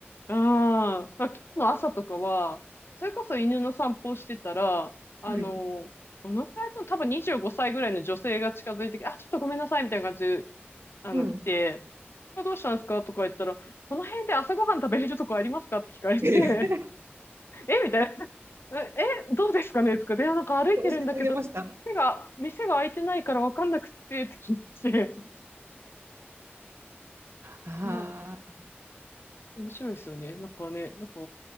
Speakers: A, on the left; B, on the right.
A: ああ、今日の朝とかは、それこそ犬の散歩をしてたら、あの、
B: はい。
A: どのくらいの、多分25歳ぐらいの女性が近づいてきて、あ、ちょっとごめんなさい、みたいな感じで、あの、
B: うん。
A: 来て、あどうしたんですかとか言ったら、この辺で朝ごはん食べれるとこありますかって聞かれて、
B: <laughs> 教
A: えみたいな。<laughs> え、えどうですかねとか、で、なんか歩いてるんだけど、
B: えてあげました。
A: 店が、店が開いてないからわかんなくて、って聞いて、
B: ああ、
A: もう面白いですよね。なんかね、なんか、不